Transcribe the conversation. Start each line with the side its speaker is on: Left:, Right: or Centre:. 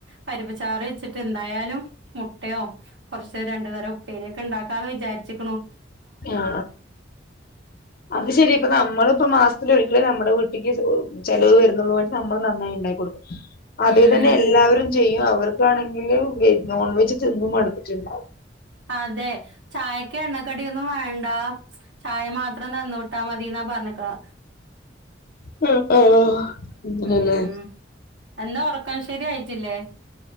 Right: പരിപ്പ്ച്ചാറ് വെച്ച്ട്ട് എന്തായാലും മുട്ടയോ കുറച്ച് രണ്ട ഉപ്പേരിയൊക്കെ ണ്ടാക്കാന്ന് വിചാരിച്ച്ക്ണു
Left: ആ അത് ശരി പ്പൊ നമ്മളിപ്പൊ മാസത്തിലൊരിക്കല് നമ്മടെ വീട്ടിക്ക് ചെലവ് വരുന്നുള്ളൂ പക്ഷേ വേണ്ടി നമ്മള് നന്നായി ഉണ്ടാകൊട്ക്കും അതേ
Right: ഉം
Left: തന്നെ എല്ലാവരും ചെയ്യും അവർക്കാണെങ്കില് നോൺ വെജ് തിന്ന് മട്ത്തിട്ട്ണ്ടാവും
Right: അതെ ചായക്ക് എണ്ണക്കടൊന്നും വേണ്ട ചായ മാത്രം തന്നു വിട്ടാ മതി ന്ന പറഞ്ഞിക്ക്ണ്
Left: <inaudible> അ ആ ങ്ങനെല്ലേ
Right: ഉം എന്താ ഉറക്കം ശരിയായിട്ടില്ലേ